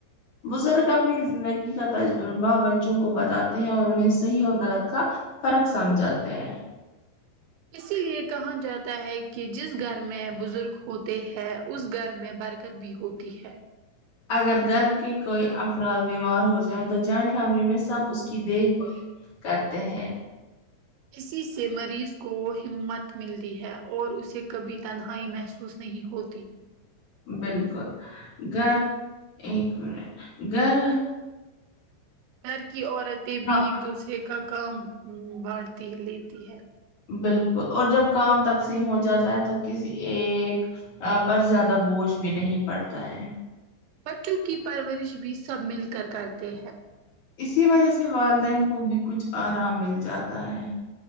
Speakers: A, on the left (about 45°); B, on the right (about 80°).
A: بزرگ اپنی زندگی کا تجربہ بچوں کو بتاتے ہیں اور انہیں صحیح اور غلط کا فرق سمجھاتے ہیں
B: اسی لیے کہا جاتا ہے کہ جس گھر میں بزرگ ہوتے ہیں اس گھر میں برکت بھی ہوتی ہے
A: اگر گھر کے کوئی افراد بیمار ہو جائے تو جوائنٹ فیملی میں سب اس کی دیکھ بھال کرتے ہیں
B: اسی سے مریض کو ہمت ملتی ہے اور اسے کبھی تنہائی محسوس نہیں ہوتی
A: بالکل گھر ایک منٹ گھر
B: گھر کی عورتیں بھی
A: ہاں
B: ایک دوسرے کا کام بانٹتی ہے لیتی ہے
A: بالکل اور جب کام تقسیم ہو جاتا ہے تو کسی ایک پر زیادہ بوجھ بھی نہیں پڑتا ہے
B: بچوں کی پرورش بھی سب مل کر کرتے ہیں
A: اسی وجہ سے والدین کو بھی کچھ آرام مل جاتا ہے